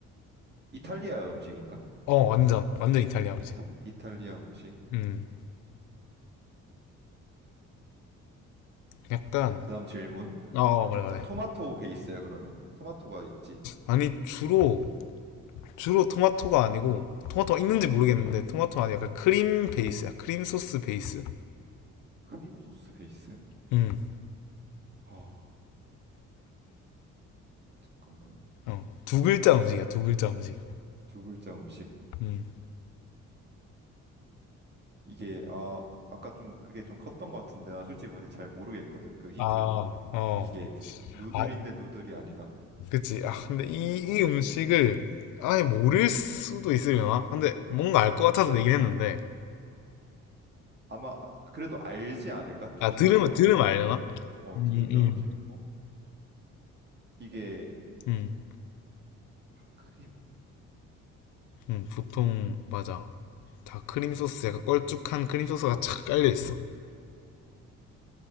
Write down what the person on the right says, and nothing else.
이탈리아 음식인가?
이탈 이탈리아 음식.
그다음 질문.
아, 토마토 베이스야 그러면? 토마토가 있지.
크림 소스 베이스.
아 잠깐만.
두 글자 음식.
이게 아 아까 좀 그게 좀 컸던 것 같은데 나 솔직히 뭔지 잘 모르겠거든. 그 힌트로.
이게 누들인데
누들이 아니다.
어.
아마 아- 그래도 알지 않을까? 두
글자
음식이고,
어,
두 글자
음식이고 이게
크림